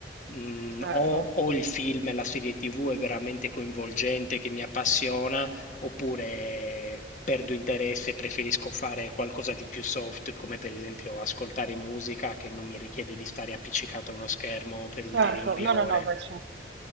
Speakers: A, on the left (about 40°); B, on the right (about 65°).
A: mm,
B: Certo,
A: o o il film e la serie TV è veramente coinvolgente, che mi appassiona, oppure perdo interesse e preferisco fare qualcosa di più soft, come per esempio ascoltare musica che non mi richiede di stare appiccicato a uno schermo per
B: certo,
A: ulteriori
B: no,
A: ore.
B: no, no, beh, certo.